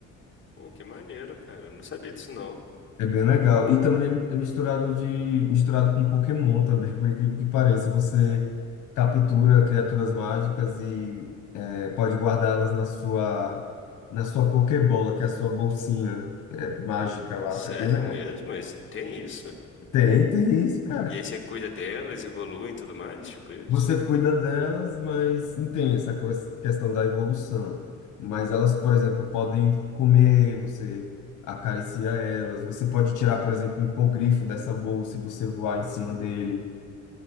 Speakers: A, on the left; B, on the left.
A: pô, que maneiro, cara, eu não sabia disso não.
B: É bem legal.
A: Bom,
B: E também é misturado de misturado com Pokémon também, por incrível que pareça. Você captura criaturas mágicas e é, pode guardá-las na sua na sua Pokébola, que é a sua bolsinha é, mágica lá.
A: sério
B: É bem legal.
A: mesmo? Esse- Tem isso?
B: Tem, tem isso, cara.
A: E aí você cuida delas, evoluem e tudo mais, tipo isso?
B: Você cuida delas, mas não tem essa co- questão da evolução. Mas elas, por exemplo, podem comer, você acaricia elas. Você pode tirar, por exemplo, o hipogrifo dessa bolsa e você voar em cima dele.